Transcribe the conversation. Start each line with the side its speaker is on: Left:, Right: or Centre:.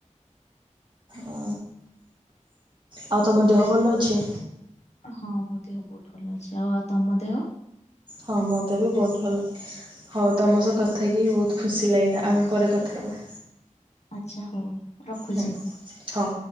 Right: ଓ ଆଉ ତମ ଦେହ ଭଲ ଅଛି?
Left: ହଁ ମୋ ଦେହ ବହୁତ ଭଲ ଅଛି ଆଉ ଆଉ ତମ ଦେହ?
Right: ହଁ ମୋ ଦେହ ବି ବହୁତ ଭଲ। ହଉ ତମ ସହ କଥା କି ବହୁତ ଖୁସି ଲାଗିଲା ଆମେ ପରେ କଥା ହେବା।
Left: ଆଛା ହଉ। ରଖୁଛି।
Right: ହୁଁ ହଉ।